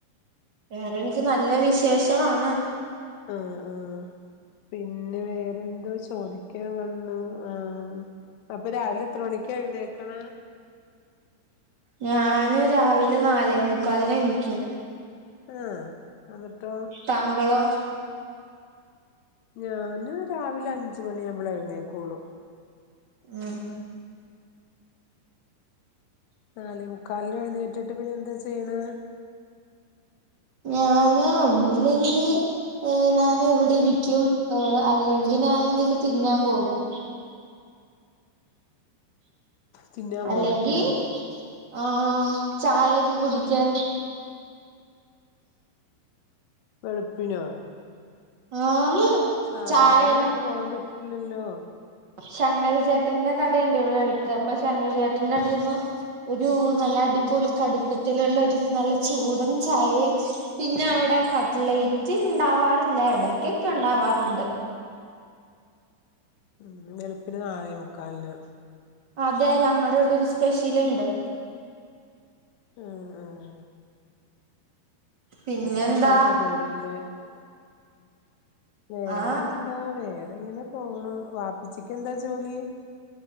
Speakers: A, on the right; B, on the left.
A: വേറെനിക്ക് നല്ല വിശേഷവാണ്
B: ആ ആ പിന്നെ വേറെന്തോ ചോദിക്കാവന്നു ആ അപ്പരാവിലെ എത്ര മണിക്ക എഴുന്നേക്ണ
A: ഞാന് രാവിലെ നാലേ മുക്കാലിനെണീക്കും
B: ആ എന്നിട്ടോ?
A: താങ്കളോ?
B: ഞാന് രാവിലെ അഞ്ച് മണിയാവുമ്പളേ എഴുന്നേക്കൂളു
A: ആ
B: നാലേമുക്കാലിനെഴുന്നേറ്റിട്ട് പിന്നെ എന്താ ചെയ്യണേ
A: ഞാന് ഒന്നില്ലെങ്കി ഏ ഞാനിവിടെരിക്കും അല്ലെങ്കി ഞാനെന്തെങ്കിലും തിന്നാൻ പോകും
B: തിന്നാൻ
A: അല്ലെങ്കി
B: പോവും വെളുപ്പിനോ
A: ആ ചായയെക്കെ കുടിക്കാൻ
B: വെളുപ്പിനോ
A: ആന്ന്
B: സാധാരണാര്
A: ചായ
B: പോവാൻ പറ്റൂലല്ലോ
A: ശങ്കരചേട്ടന്റെ കടയുണ്ട് ഇവിടെ അടുത്ത് അപ്പൊ ശങ്കരചേട്ടന്റെ കടയന്നു ഒരു നല്ല അടിപൊളി കടുപ്പത്തിലുള്ള ഒരു നല്ല ചൂടും ചായയും പിന്നെ അവിടെ കട്ലൈറ്റ് ഉണ്ടാവാറില്ല ഇടക്കൊക്കെ ഉണ്ടാവാറുണ്ട്
B: ഉം വെളുപ്പിന് നാലെ മുക്കാലിന്
A: അതെ ഞങ്ങളുടെ ഇവിടെ ഒരു സ്പെഷ്യൽ ഉണ്ട്
B: ആഹ് ആഹ്
A: പിന്നെന്താ
B: ചെറുതല്ല അപ്പൊ നൂറ് കിലോ ആത് വേറെന്താ
A: ആ
B: വേറെങ്ങനെ പോണ വാപ്പിച്ചക്ക് എന്താ ജോലി